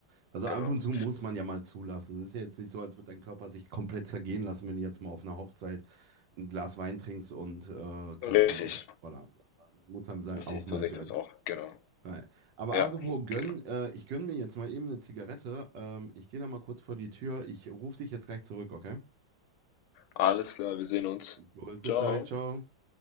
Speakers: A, on the right; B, on the left.
A: Also
B: genau.
A: ab und zu muss man ja mal zulassen. Es ist ja jetzt nicht so, als würde dein Körper sich komplett zergehen lassen, wenn du jetzt mal auf einer Hochzeit ein Glas Wein trinkst und äh, keine
B: Richtig,
A: Ahnung. Oder muss einem sein,
B: richtig,
A: auch
B: so
A: mal
B: sehe
A: gönnen.
B: ich das auch. Genau,
A: Ja. Aber
B: ja,
A: apropos gönnen,
B: genau.
A: äh, ich gönne mir jetzt mal eben eine Zigarette. Ähm, ich gehe da mal kurz vor die Tür. Ich rufe dich jetzt gleich zurück, okay?
B: Alles klar, wir sehen uns.
A: Gut, bis
B: Ciao.
A: gleich, ciao.